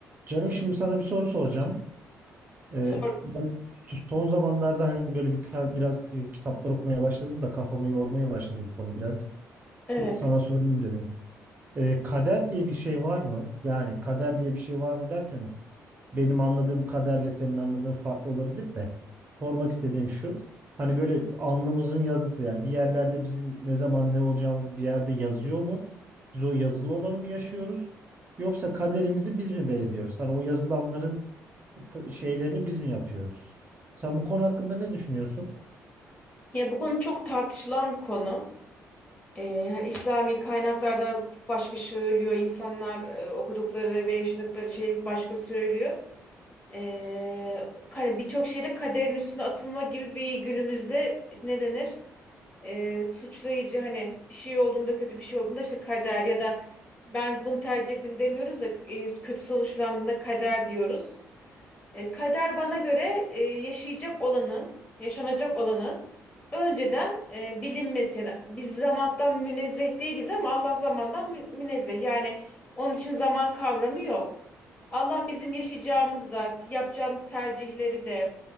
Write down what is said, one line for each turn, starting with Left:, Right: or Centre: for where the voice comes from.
Right: Canım şimdi sana bir soru soracağım. Ee,
Left: Sor,
Right: ben son zamanlarda hani böyle bir ta- biraz e, kitaplar okumaya başladım da kafamı yormaya başladım bu konu biraz.
Left: evet.
Right: E, Sana sorayım dedim. Ee, kader diye bir şey var mı? Yani kader diye bir şey var mı derken benim anladığım kaderle senin anladığın farklı olabilir de. Sormak istediğim şu. Hani böyle alnımızın yazısı yani bir yerlerde bizim ne zaman ne olacağımız bir yerde yazıyor mu? Biz o yazılı olanı mı yaşıyoruz? Yoksa kaderimizi biz mi belirliyoruz? Hani o yazılanların t- şeylerini biz mi yapıyoruz? Sen bu konu hakkında ne düşünüyorsun?
Left: Ya bu konu çok tartışılan bir konu. Ee, hani İslami kaynaklarda başka söylüyor, insanlar e, okudukları ve yaşadıkları şey başka söylüyor. Ee, hani birçok şeyde kaderin üstüne atılma gibi bir günümüzde işte ne denir? Ee, suçlayıcı hani bir şey olduğunda kötü bir şey olduğunda işte kader ya da ben bunu tercih ettim demiyoruz da e, kötü sonuçlandığında kader diyoruz. E, kader bana göre e, yaşayacak olanın, yaşanacak olanın önceden e, bilinmesi. Yani biz zamandan münezzeh değiliz ama Allah zamandan mü- münezzeh. Yani onun için zaman kavramı yok. Allah bizim yaşayacağımız da, yapacağımız tercihleri de,